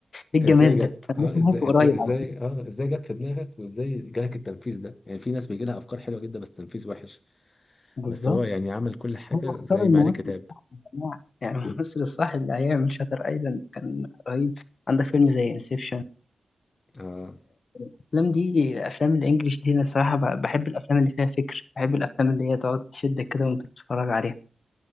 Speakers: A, on the left (about 60°); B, on the left (about 40°).
A: ايه الجمال
B: ازاي
A: ده
B: جت اه
A: انا لسه
B: ازاي
A: عارفه قريب
B: ازاي ازاي
A: على فكرة.
B: اه ازاي جت في دماغك وازاي جالك التنفيذ ده يعني في ناس بيجي لها افكار حلوه جدا بس تنفيذ وحش
A: بالظبط
B: بس هو يعني عمل كل حاجه
A: هو اختار
B: زي
A: الممثل
B: ما عليه كتاب
A: يا جماعه يعني الممثل الصح اللي هيعمل شاتر ايلاند كان رهيب عندك فيلم زي انسبشن
B: اه
A: الافلام دي الافلام الانجليش دي انا الصراحه ب- بحب الافلام اللي فيها فكر بحب الافلام اللي هي تقعد تشدك كده وانت بتتفرج عليها